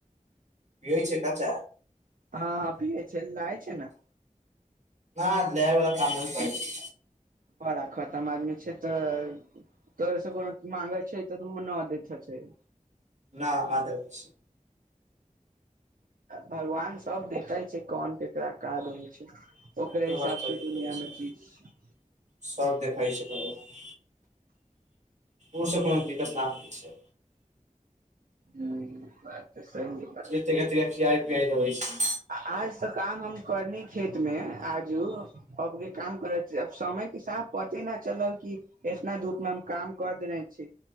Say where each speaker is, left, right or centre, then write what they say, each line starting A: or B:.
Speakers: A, on the right; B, on the right.
A: भ होइ छै कचा <unintelligible>
B: हँ ह पियए छै लै छै न
A: ना देबे बला नै करै छी।
B: पड़ा खतम आदमी छै तऽ तोरस कोनो मांगै छै तऽ त न दैत हेतैय
A: ना ना देबौ से <unintelligible>
B: भगवान सब देखै छै कोन केकरा क दै छै ओकरे
A: रउवा
B: हिसाबसँ
A: कहियो
B: दुनिआमे
A: करै छै।
B: चीज छै
A: सब देखाइ छै भगवान ओसे कोनो दिक्कत ना हो छै।
B: ह बात तऽ स ही बात
A: खियियाइ पिआइ देबै छै
B: आज त काम हम करने खेत मे आजू अब के काम कर जे समय के साथ पते न चलल की एतना धूप मे हम काम क देने छीय